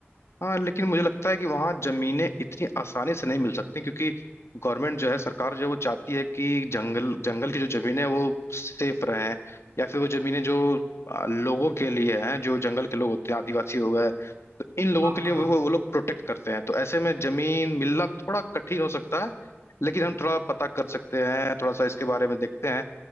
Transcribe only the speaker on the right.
हाँ
हाँ
हाँ